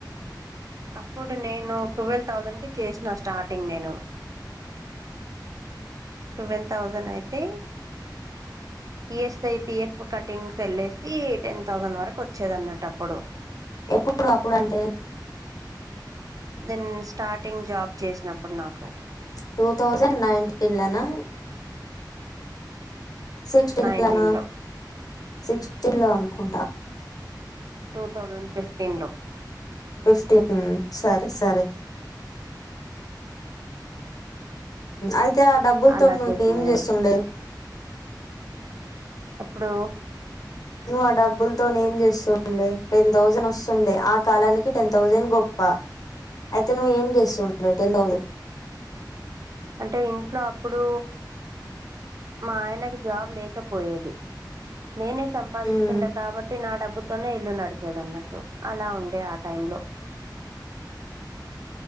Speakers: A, on the right; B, on the left.
A: అప్పుడు నేను టువల్ థౌసండ్ కి చేసిన స్టార్టింగ్ నేను టువల్ థౌజండ్ అయితే P S I P F cuttings వెల్లేేసి టెన్ థౌసండ్ వరకు వచ్చేది అన్నమాట అప్పుడు
B: ఎప్పుడు అప్పుడు అంటే
A: దెన్ స్టార్టింగ్ జాబ్ చేసినప్పుడు నాకు
B: టూ తౌసండ్ నైన్టీన్లోనా సిక్స్టీన్
A: నైన్టీన్
B: లోన
A: లో
B: సిక్స్టీన్ లో అనుకుంటా
A: టూ థౌజండ్ ఫిఫ్టీన్ లో
B: ఫిఫ్టీన్ సరే సరే అయితే ఆ డబ్బుల
A: అలా
B: తోటి నువ్వు
A: చేసినారు
B: ఏం చేస్తుండే
A: ఇప్పుడు
B: నువ్ ఆ డబ్బులతో ఏం చేస్తుండే టెన్ థౌజండ్ వస్తుండే ఆ కాలానికి టెన్ థౌసండ్ గొప్ప అయితే నువ్్వ ఏం చేస్తుండే టెన్ థౌజండ్
A: అంటే ఇంట్లో అప్పుడు మా ఆయనకి జాబ్ లేకపోయేది నేనే సంపాదిస్తుండే
B: హ్మ్.
A: కాబట్టి నా డబ్బు తనే ఇల్లు నడిచేదన్నట్టు అలా ఉండే ఆ టైమ్ లో